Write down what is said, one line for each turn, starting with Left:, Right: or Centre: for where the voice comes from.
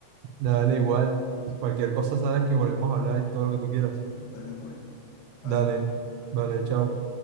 Right: Dale igual. Cualquier cosa sabes que volvemos a hablar y todo lo que tú quieras.
Left: Dale pues, bye.
Right: Dale, vale, chao.